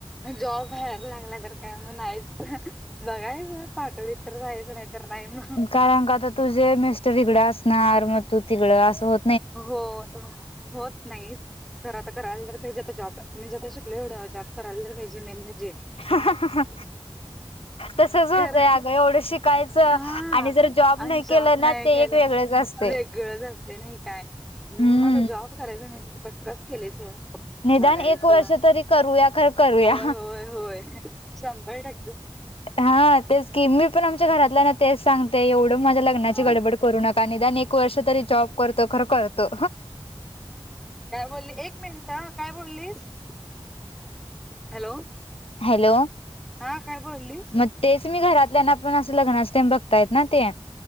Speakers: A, in the centre; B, on the left.
A: जॉब बाहेर लागला तर काय, मग नाहीच. बघायचं पाठवलीत तर जायचं, नाही तर नाही मग.
B: कारण का आता तुझे मिस्टर इकडं असणार, मग तू तिकड असं हो
A: हो, होत नाहीत. खरं आता करायला तर पाहिजे, आता जॉब. म्हणजे आता शिकलो एवढं, जॉब करायला तर पाहिजे. मेन म्हणजे
B: हा हा हा. तसंच होतंय
A: खर
B: अगं, एवढं शिकायचं
A: हा
B: आणि जर जॉब
A: आणि
B: नाही
A: जॉब
B: केलं ना
A: नाही
B: ते
A: केला
B: एक वेगळंच असं
A: वेगळंच असतं नाही काय. मग
B: हम्म.
A: आता जॉब करायचं, मी तर पक्कच केलंय सोड.
B: निदान
A: बघायच.
B: एक वर्ष तरी करूया खर करूया.
A: होय होय होय शंभर टक्के.
B: हा तेच कि मी पण आमच्या घरातलं ना तेच सांगते एवढं माझ्या लग्नाची
A: हा
B: गडबड करू नका निदान एक वर्ष तरी जॉब करतो खर करतो.
A: काय बोलली, एक मिनट हा, काय बोललीस? हॅलो!
B: हॅलो!
A: हा काय
B: <inaudible>
A: बोललीस
B: म तेच मी घरातल्याना पण असं लग्न असते बघतायत ना ते.